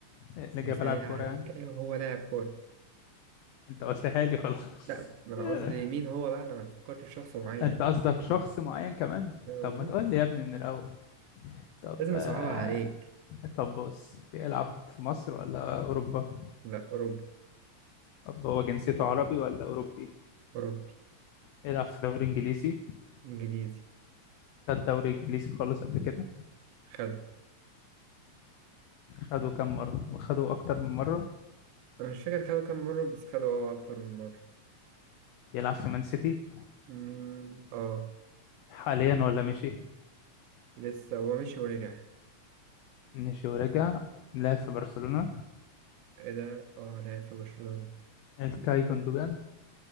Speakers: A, on the left (about 80°); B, on the right (about 80°).
A: اللي
B: بسهلها
A: جاب بلعب كرة
B: عليك
A: يعني
B: أيوة هو لاعب كورة
A: انت قلتها لي خلاص
B: لا ما أنا
A: <laughs>
B: قصدي مين هو بقى أنا ما فكرت في شخص معين
A: انت قصدك شخص معين كمان
B: فاهم
A: طب
B: قصدي؟
A: ما تقول لي يا ابني من الاول طب
B: لازم
A: آه،
B: أصعبها عليك
A: طب بص بيلعب في مصر ولا اوروبا
B: لا أوروبا
A: طب هو جنسيته عربي ولا اوروبي
B: أوروبي
A: بيلعب في دوري انجليزي
B: إنجليزي
A: خد دوري انجليزي خالص قبل كده
B: خده
A: خده كام مرة خده اكتر من مرة
B: أنا مش فاكر خده كام مرة بس خده أه أكتر من مرة
A: بيلعب في مان سيتي
B: أمم، أه
A: حاليا ولا مشي
B: لسه هو مشي ورجع
A: مشي ورجع لعب في برشلونة
B: إيه ده أه لعب في برشلونة
A: الكاي جوندوجان